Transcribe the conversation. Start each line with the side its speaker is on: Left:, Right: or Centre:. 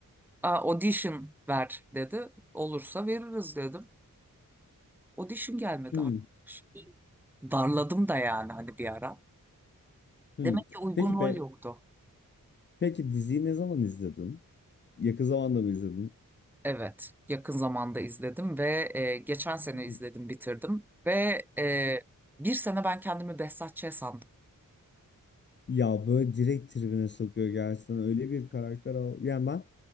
Centre: "Aa, audition ver dedi. Olursa veririz dedim. Audition gelmedi
Left: Hmm,
Centre: arkadaş. Darladım da yani hani bir ara.
Left: hmm.
Centre: Demek ki uygun
Left: Peki
Centre: rol
Left: be,
Centre: yoktu.
Left: peki diziyi ne zaman izledin? Yakın zamanda mı izledin?
Centre: Evet, yakın zamanda izledim ve e, geçen sene
Left: <laughs>
Centre: izledim, bitirdim ve e, bir sene ben kendimi Behzat Ç. sandım.
Left: Ya böyle direkt tribüne sokuyor gerçekten öyle bir karakter al. Yani ben